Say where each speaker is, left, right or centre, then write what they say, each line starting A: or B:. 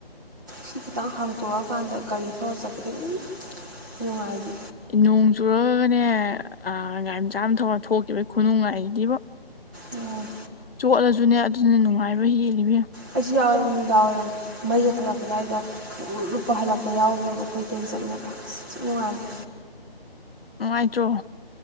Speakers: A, on the right; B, on the left.
A: ꯁꯤ ꯈꯤꯇꯪ ꯍꯥꯡꯇꯣꯔꯑꯀꯥꯟꯗ ꯒꯥꯔꯤ ꯊꯧꯔ ꯆꯠꯄꯗꯤ ꯎꯝ ꯅꯨꯡꯉꯥꯏꯗꯤ
B: ꯎꯝ ꯅꯣꯡ ꯆꯨꯔꯒꯒꯅꯦ ꯑ ꯒꯥꯏꯃ ꯆꯥꯝ ꯊꯧꯅ ꯊꯣꯛꯈꯤꯕ ꯈꯨꯅꯨꯡꯉꯥꯏꯒꯤꯕꯨ
A: ꯎꯝ
B: ꯆꯣꯠꯂꯁꯨꯅꯦ ꯑꯗꯨꯅ ꯅꯨꯡꯉꯥꯏꯔꯣꯏ ꯍꯦꯜꯂꯤ ꯏꯕꯦꯝ
A: ꯑꯩꯖꯨ ꯌꯥꯎꯋꯦꯕ ꯅꯤꯗꯥꯡꯋꯥꯏꯔꯝ ꯃꯩꯒ ꯊꯥꯜꯂꯛꯄ ꯗꯥꯏꯗ ꯄꯨꯡꯂꯨꯞ ꯂꯨꯞꯄ ꯍꯜꯂꯛꯄ ꯌꯥꯎꯈꯒ꯭ꯔꯦꯕ ꯑꯩꯈꯣꯏ ꯏꯇꯩ ꯆꯠꯃꯤꯟꯅꯕꯗ ꯑꯁ ꯊꯤ ꯅꯨꯉꯥꯏꯃ
B: ꯅꯨꯉꯥꯏꯇꯔꯣ